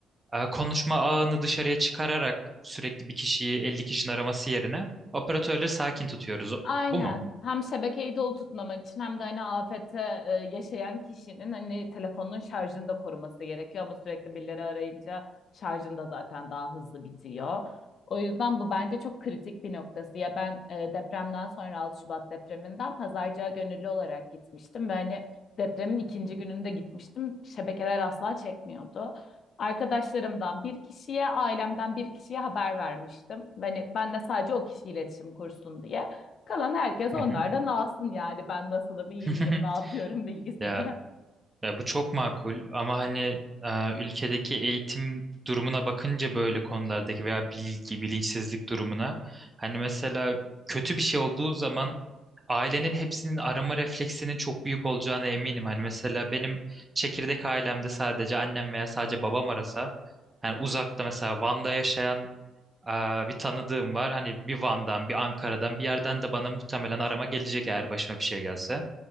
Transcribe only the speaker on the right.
e, konuşma ağını dışarıya çıkararak sürekli bir kişiyi 50 kişinin araması yerine operatörleri sakin tutuyoruz.
Bu mu?
Hı hı.
<laughs>
Ya
Ya bu çok makul ama hani e, ülkedeki eğitim durumuna bakınca böyle konulardaki veya bilgi, bilinçsizlik durumuna hani mesela kötü bir şey olduğu zaman ailenin hepsinin arama refleksinin çok büyük olacağına eminim. Hani mesela benim çekirdek ailemde sadece annem veya sadece babam arasa hani uzakta mesela Van'da yaşayan e, bir tanıdığım var. Hani bir Van'dan, bir Ankara'dan, bir yerden de bana muhtemelen arama gelecek eğer başıma bir şey gelse.